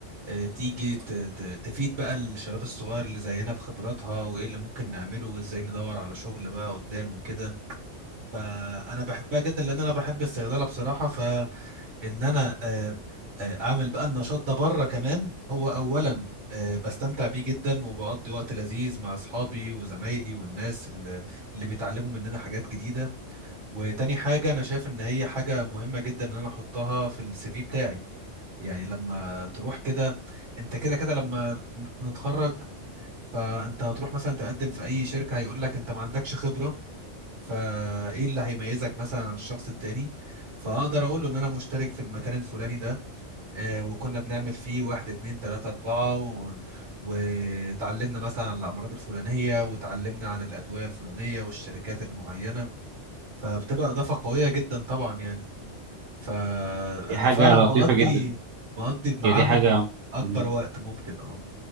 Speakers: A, on the right; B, on the right.
A: آه، تيجي ت- ت- تفيد بقى الشباب الصغير اللي زينا بخبراتها وايه اللي ممكن نعمله وازاي ندور على شغل بقى قدام وكده فانا بحبها جدا لان انا بحب الصيدلة بصراحة فان انا آه، آه، اعمل بقى النشاط ده بره كمان هو اولا آه، بستمتع بيه جدا وبقضي وقت لذيذ مع اصحابي وزمايلي والناس اللي اللي بيتعلموا مننا حاجات جديدة وتاني حاجة أنا شايف إن هي حاجة مهمة جدا إن أنا أحطها في السي في بتاعي يعني لما تروح كده أنت كده كده لما نتخرج فأنت هتروح مثلا تقدم في أي شركة هيقول لك أنت ما عندكش خبرة فإيه اللي هيميزك مثلا عن الشخص التاني فأقدر أقول له إن أنا مشترك في المكان الفلاني ده آه، وكنا بنعمل فيه واحد اتنين تلاتة أربعة و... وتعلمنا مثلا عن الأمراض الفلانية وتعلمنا عن الأدوية الفلانية والشركات المعينة فبتبقى إضافة قوية جدا طبعا يعني فانا
B: دي حاجه
A: فعلا
B: لطيفه
A: بقضي
B: جدا
A: بقضي معاهم
B: هي دي حاجه
A: اكبر
B: مم.
A: وقت ممكن اه